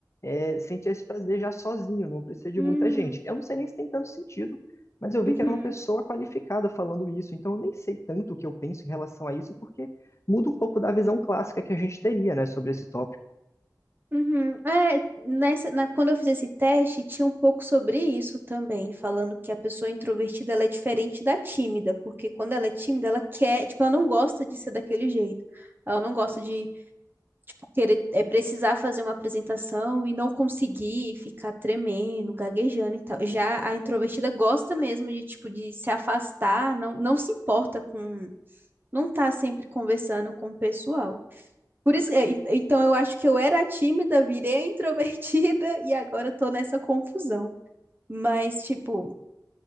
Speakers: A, on the left; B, on the right.
A: é, sente esse prazer já sozinho, não precisa de
B: Hum.
A: muita gente. Eu não sei nem se tem tanto sentido, mas eu vi
B: Uhum.
A: que era uma pessoa qualificada falando isso, então eu nem sei tanto o que eu penso em relação a isso, porque muda um pouco da visão clássica que a gente teria, né, sobre esse tópico.
B: Uhum. É, nessa, na, quando eu fiz esse teste, tinha um pouco sobre isso também, falando que a pessoa introvertida ela é diferente da tímida, porque quando ela é tímida, ela quer, tipo, ela não gosta de ser daquele jeito. Ela não gosta de, tipo, querer, é, precisar fazer uma apresentação e não conseguir ficar tremendo, gaguejando e tal. Já a introvertida gosta mesmo de, tipo, de se afastar, não, não se importa com, não tá sempre conversando com o pessoal. Por isso, é, e- então eu acho que eu era tímida, virei a introvertida <laughs> e agora eu tô nessa confusão. Mas, tipo,